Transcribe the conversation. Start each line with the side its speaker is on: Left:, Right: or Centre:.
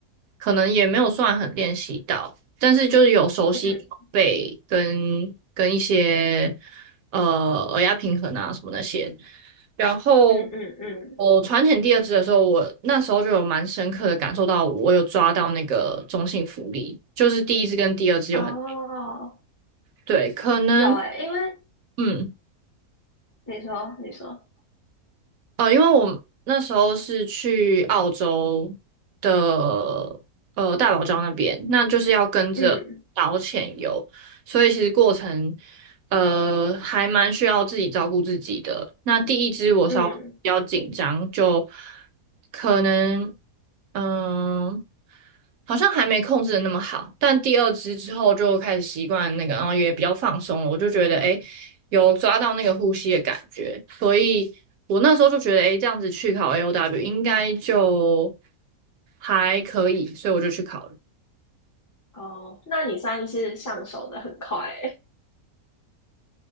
Right: 可能也没有算很练习到，但是就是有熟悉背跟跟一些
Left: 嗯
Right: 呃耳压平衡啊什么那些。然后
Left: 嗯嗯嗯，
Right: 我船潜第二支的时候，我那时候就有蛮深刻的感受到，我有抓到那个中性浮力，就是第一支跟第二支有很
Left: 哦，
Right: 对，可能
Left: 有诶、因为
Right: 嗯。
Left: 你说你说，
Right: 呃，因为我那时候是去澳洲的呃大堡礁那边，那就是要跟着导潜游，
Left: 嗯
Right: 所以其实过程呃还蛮需要自己照顾自己的。那第一支我稍微比较紧张，
Left: 嗯，
Right: 就可能嗯、好像还没控制的那么好，但第二支之后就开始习惯那个，然后也比较放松了，我就觉得诶有抓到那个呼吸的感觉，所以我那时候就觉得，哎，这样子去考 AOW 应该就还可以，所以我就去考了，
Left: 哦，那你算是上手的很快诶、